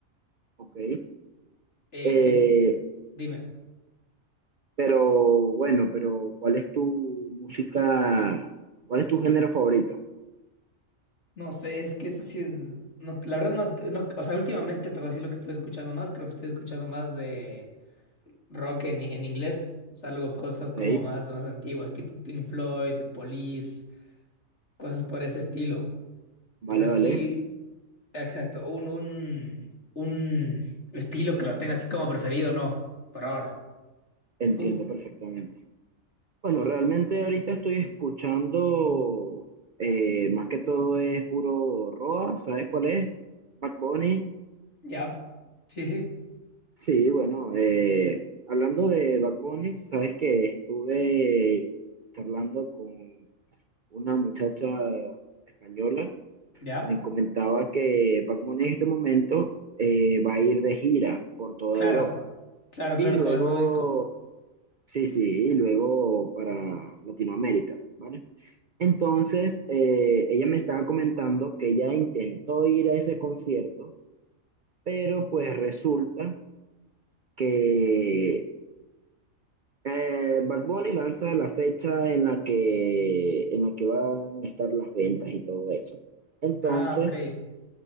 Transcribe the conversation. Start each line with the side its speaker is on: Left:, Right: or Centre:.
Right: ok.
Left: Eh,
Right: Eh,
Left: ¿qué? Dime.
Right: pero bueno, pero ¿cuál es tu música? ¿Cuál es tu género favorito?
Left: No sé, es que eso sí es... No, la verdad no, no... O sea, últimamente te voy a decir lo que estoy escuchando más. Creo que estoy escuchando más de... Rock en, en inglés, salgo cosas
Right: Ok,
Left: como más, más antiguas, tipo Pink Floyd, The Police, cosas por ese estilo.
Right: vale,
Left: Pero así,
Right: vale.
Left: exacto, un, un, un estilo que lo tenga así como preferido, no, por ahora.
Right: Entiendo
Left: ¿Tú?
Right: perfectamente. Bueno, realmente ahorita estoy escuchando, eh, más que todo es puro Roa, ¿sabes cuál es? Bad Bunny.
Left: ¿Ya? Sí, sí,
Right: Sí, bueno, eh, hablando de Bad Bunny, sabes que estuve charlando con una muchacha española,
Left: ya.
Right: me comentaba que Bad Bunny en este momento eh, va a ir de gira por toda
Left: Claro,
Right: Europa.
Left: claro,
Right: Y
Left: claro,
Right: luego
Left: con el nuevo disco.
Right: Sí, sí, y luego para Latinoamérica, ¿vale? Entonces, eh, ella me estaba comentando que ella intentó ir a ese concierto, pero pues resulta que eh, Bad Bunny lanza la fecha en la que, en la que van a estar las ventas y todo eso. Entonces,
Left: Ah, ok.